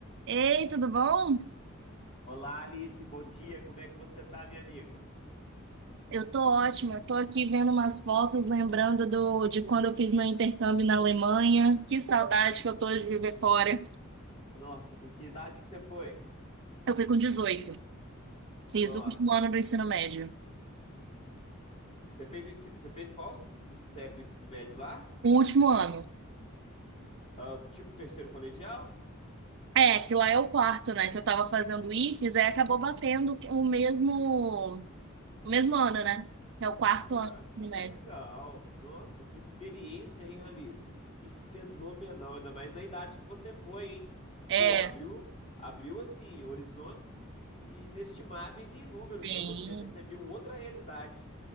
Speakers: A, on the right; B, on the left.
A: Ei, tudo bom?
B: Olá, Alice, bom dia. Como é que você tá, minha amiga?
A: Eu tô ótima. Eu tô aqui vendo umas fotos, lembrando do, de quando eu fiz meu intercâmbio na Alemanha. Que saudade que eu tô de viver fora.
B: Nossa, com que idade que você foi?
A: Eu fui com 18.
B: Nossa,
A: Fiz o último ano do ensino médio.
B: você fez o ensi- você fez qual s- série do ensino médio lá?
A: O último ano.
B: Ah, o tipo terceiro colegial?
A: É, que lá é o quarto, né? Que eu tava fazendo o IFES, aí acabou batendo o mesmo, o mesmo ano, né? É o quarto
B: Ah,
A: ano
B: que
A: do ensino médio.
B: legal. Nossa, que experiência, hein, Alice? Que fenomenal, ainda mais na idade que você foi, hein?
A: É,
B: Pô, abriu, abriu assim horizontes inestimáveis e inúmeros
A: bem.
B: pra você, né? Você viu outra realidade.